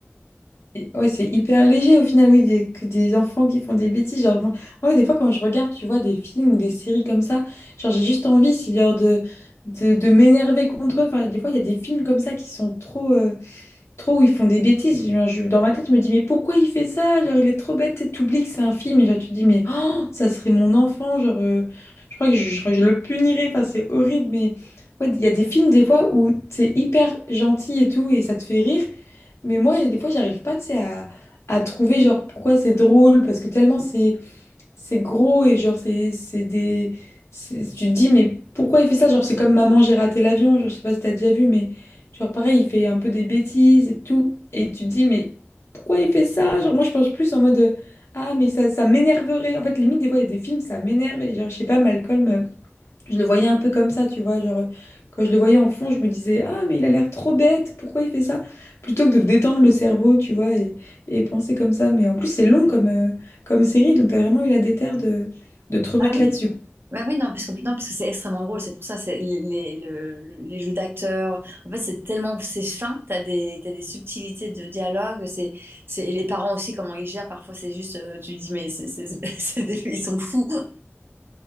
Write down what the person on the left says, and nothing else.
Et Ouais, c'est hyper léger au final, oui, des, que des enfants qui font des bêtises. Genre, moi, moi, ouais, des fois, quand je regarde, tu vois, des films ou des séries comme ça, genre, j'ai juste envie, c'est genre de, de, de m'énerver contre eux. Enfin, des fois, il y a des films comme ça qui sont trop, euh, trop où ils font des bêtises. Genre, je- dans ma tête, je me dis, mais pourquoi il fait ça? Genre, il est trop bête, et t'oublies que c'est un film. Et genre, tu te dis, mais oh, ça serait mon enfant. Genre, euh, je crois que je, je crois que je le punirais. Enfin, c'est horrible, mais ouais, il y a des films, des fois, où c'est hyper gentil et tout, et ça te fait rire. Mais moi, il y a des fois, j'arrive pas, tu sais, à, à trouver, genre, pourquoi c'est drôle, parce que tellement c'est c'est gros et, genre, c'est c'est des... c'est- Tu te dis, mais pourquoi il fait ça? Genre, c'est comme Maman, j'ai raté l'avion, genre, je sais pas si t'as déjà vu, mais, genre, pareil, il fait un peu des bêtises et tout, et tu te dis, mais pourquoi il fait ça? Genre, moi, je pense plus en mode, euh, ah, mais ça, ça m'énerverait. En fait, limite, des fois, il y a des films, ça m'énerve, et genre, je sais pas, Malcolm... euh, je le voyais un peu comme ça, tu vois, genre euh, quand je le voyais en fond, je me disais, ah mais il a l'air trop bête, pourquoi il fait ça? Plutôt que de détendre le cerveau, tu vois, et, et penser comme ça. Mais en plus c'est long comme, euh, comme série, donc t'as vraiment eu la déterre de, de te remettre
là-dessus.